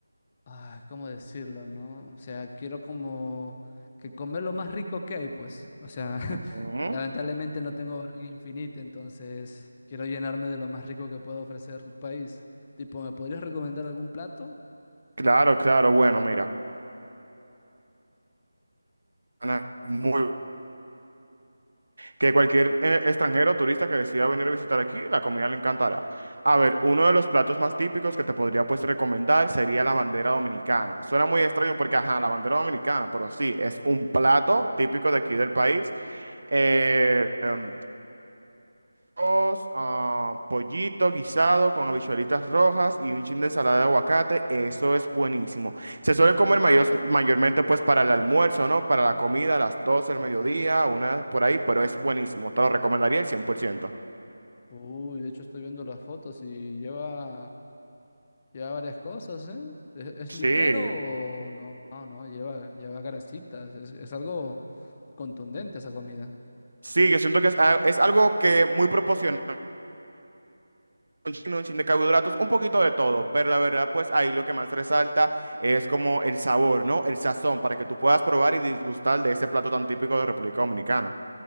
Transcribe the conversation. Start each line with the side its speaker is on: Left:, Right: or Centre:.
Left: ah, ¿cómo decirlo, no? O sea, quiero como que comer lo más rico que hay, pues. O sea, <laughs>
Right: Ujú.
Left: lamentablemente no tengo barriga infinita, entonces quiero llenarme de lo más rico que pueda ofrecer tu país. Tipo, ¿me podrías recomendar algún plato?
Right: Claro, claro, bueno, mira. Ana, muy- que cualquier eh, extranjero o turista que decida venir a visitar aquí, la comida le encantará. A
Left: Ujú.
Right: ver, uno de los platos más típicos que te podría pues recomendar sería la bandera dominicana. Suena muy extraño porque, ajá, la bandera dominicana, pero sí, es un plato típico de aquí del país. Eh, em, arroz, ah, pollito guisado con habichuelitas rojas y un chin de ensalada de aguacate. Eso es buenísimo. Se suele comer mayor- mayormente pues para el almuerzo, ¿no? Para la comida a las 12
Left: Ujú.
Right: del mediodía, una por ahí, pero es buenísimo. Te lo recomendaría el cien por ciento
Left: Uy, de hecho estoy viendo las fotos y lleva, lleva varias cosas, ¿eh? ¿Es, es
Right: Sí,
Left: ligero o no? No, no, lleva, lleva grasitas, es, es algo contundente esa comida.
Right: sí, yo siento que es, a- es algo que muy proporcional. un chin, un chin de carbohidratos, un poquito de todo, pero la verdad, pues ahí lo que más resalta es como el sabor, ¿no? El sazón, para que tú puedas probar y disgustar de este plato tan típico de República Dominicana.